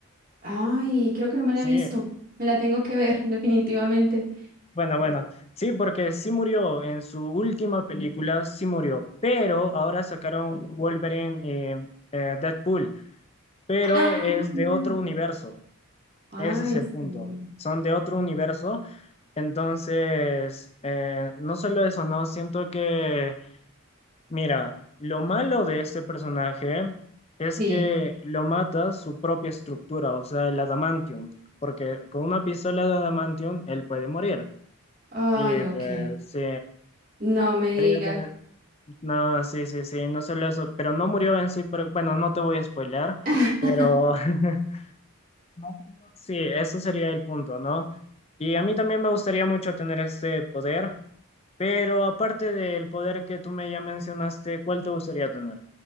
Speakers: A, on the right (about 40°); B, on the left (about 30°).
A: ay, creo que no me la
B: sí,
A: he visto. Me la tengo que ver, <laughs> definitivamente.
B: Bueno, bueno, sí, porque sí murió en su última película, sí murió, pero ahora sacaron Wolverine, eh, eh, Deadpool, pero
A: Ay,
B: es
A: sí.
B: de otro universo,
A: Ay,
B: ese es el punto,
A: sí.
B: son de otro universo, entonces, eh, no solo eso, no, siento que, mira, lo malo de este personaje es
A: Sí.
B: que lo mata su propia estructura, o sea, el adamantium, porque con una pistola de adamantium él puede morir.
A: Ay,
B: Y
A: ok.
B: pues sí,
A: No me digas.
B: Haría también- No, sí, sí, sí, no solo eso, pero no murió en sí, pero, bueno, no te voy a spoilear,
A: <laughs>
B: pero <laughs> más o menos sí, eso sería el punto, ¿no? Y a mí también me gustaría mucho tener este poder, pero aparte del poder que tú me ya mencionaste, ¿cuál te gustaría tener?